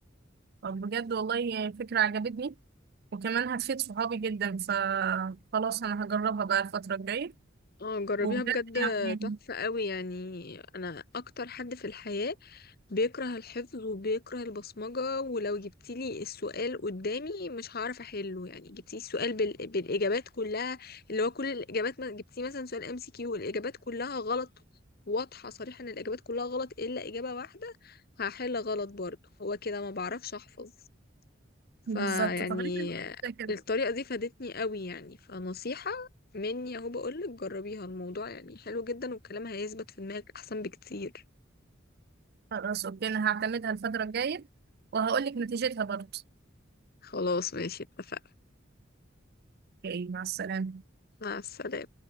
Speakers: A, on the right; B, on the left.
A: طب بجد والله فكرة عجبتني وكمان هتفيد صحابي جدا فخلاص انا هجربها بقى الفترة الجاية
B: اه جربيها
A: وبجد
B: بجد
A: يعني
B: تحفة قوي يعني انا اكتر حد في الحياة بيكره الحفظ وبيكره البصمجة ولو جبتيلي السؤال قدامي مش هعرف احله يعني جبتيلي السؤال بال... بالاجابات كلها اللي هو كل الاجابات ما جبتيه مثلا سؤال ام سي كيو الاجابات كلها غلط واضحة صريحة ان الاجابات كلها غلط الا اجابة واحدة هحل غلط برضه هو كده ما بعرفش احفظ فيعني
A: بالظبط تقريبا كده كده.
B: الطريقة دي فادتني قوي يعني فنصيحة مني اهو بقولك جربيها الموضوع يعني حلو جدا والكلام هيثبت في دماغك احسن بكتير
A: خلاص اوكي انا هعتمدها الفترة الجاية وهقولك نتيجتها برضه
B: خلاص ماشي اتفقنا
A: اوكي مع السلامة
B: مع السلامة